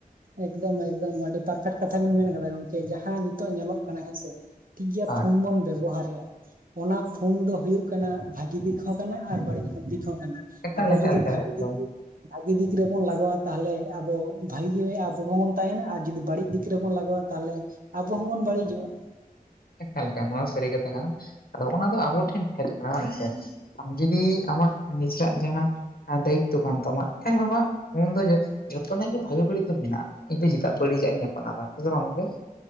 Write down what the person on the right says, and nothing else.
ᱮᱠᱫᱚᱢ ᱮᱠᱫᱚᱢ ᱟᱹᱰᱤ ᱯᱟᱨᱯᱷᱮᱠᱴ ᱠᱟᱛᱷᱟ ᱵᱤᱱ ᱢᱮᱱ ᱟᱠᱟᱫᱟ ᱜᱚᱝᱠᱮ ᱡᱟᱦᱟᱸ ᱱᱤᱛᱚᱜ ᱧᱮᱞᱚᱜ ᱠᱟᱱᱟ ᱦᱮᱸᱥᱮ ᱾ ᱴᱷᱤᱠ ᱜᱮᱭᱟ
ᱯᱷᱚᱱ ᱵᱚᱱ ᱵᱮᱵᱷᱚᱦᱟᱨᱮᱭ-ᱟ ᱾ ᱚᱱᱟ ᱯᱷᱳᱱ ᱫᱚ ᱦᱩᱭᱩᱜ ᱠᱟᱱᱟ ᱵᱷᱟᱹᱜᱤ ᱫᱤᱠᱷᱟᱣ ᱠᱟᱱᱟ ᱟᱨ ᱵᱟᱹᱲᱤᱡ ᱦᱚᱸ ᱫᱤᱠᱷᱟᱣ ᱠᱟᱱᱟᱭᱮ
ᱟᱵᱚ
ᱡᱩᱫᱤ
ᱵᱷᱟᱜᱤ
ᱫᱤᱠ ᱵᱷᱟᱜᱤ ᱫᱤᱠ ᱨᱮᱵᱚᱱ ᱞᱟᱜᱟᱣᱟ ᱛᱟᱦᱚᱞᱮ ᱟᱵᱚ ᱵᱷᱟ <unintelligible> ᱟᱵᱚ ᱦᱚᱸᱵᱚᱱ ᱛᱟᱦᱮᱱᱟ ᱟᱨ ᱡᱩᱫᱤ ᱵᱟᱹᱲᱤᱡ ᱫᱤᱠ ᱨᱮᱵᱚᱱ ᱞᱟᱜᱟᱣ-ᱟ ᱛᱟᱦᱚᱞᱮ ᱟᱵᱚ ᱦᱚᱸᱵᱚᱱ ᱵᱟᱹᱲᱤᱡᱚᱜ-ᱟ ᱾